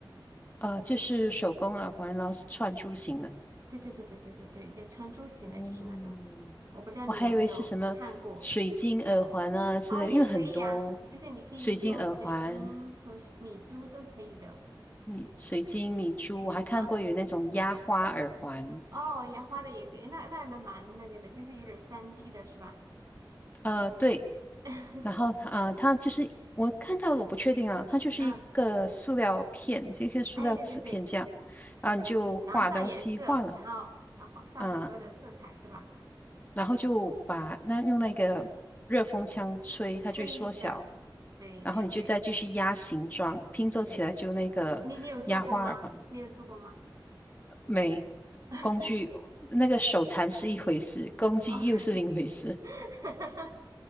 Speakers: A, on the left (about 20°); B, on the right (about 45°).
A: 啊、就是手工耳环，然后是串珠型的。
B: 对对对对对对对，就穿珠型的，
A: 嗯，
B: 就是那种，我不知道你有没有看过
A: 我还以为是什么水晶耳环啊之类的，
B: 哦，也可以呀、
A: 因为很多
B: 就是你可以用水晶和水米珠都可以的
A: 水晶耳环、米水晶米珠，我还看过有那种压花耳环。
B: 啊，哦，烟花的也可以，那那那蛮那个的，就是有点三 d 的是吧？
A: 呃，对，
B: <laughs>
A: 然后它啊、呃它就是我看到的，我不确定啊，它就是一个塑料片，
B: 嗯，
A: 这个塑料纸片这样，
B: 哎，对对对，是的，
A: 然后你就画东西画了
B: 然后上颜色，然后然后上很多的色彩是吧？
A: 啊、然后就把那用那个热风枪吹，它就会缩小，
B: 吹一下，对对对
A: 然后你就再继续压形状，拼凑起来就那个压花耳环。
B: 对，你你有做过吗？你有做过吗？
A: 没，
B: <laughs>
A: 工具那个手残是一回事，工具又是另一回事。
B: 哦，<laughs>